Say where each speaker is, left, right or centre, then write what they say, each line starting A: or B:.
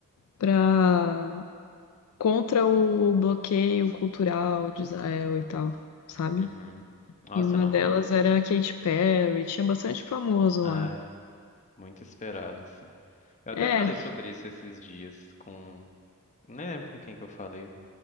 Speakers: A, on the left; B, on the left.
A: para contra o bloqueio cultural de Israel e tal, sabe?
B: Uhum. Nossa,
A: E uma
B: eu não
A: delas
B: vi isso.
A: era a Katy Perry, tinha bastante famoso
B: Ai,
A: lá.
B: muito esperado, assim. Eu
A: É,
B: até falei
A: é,
B: sobre isso esses dias com. nem lembro com quem que eu falei,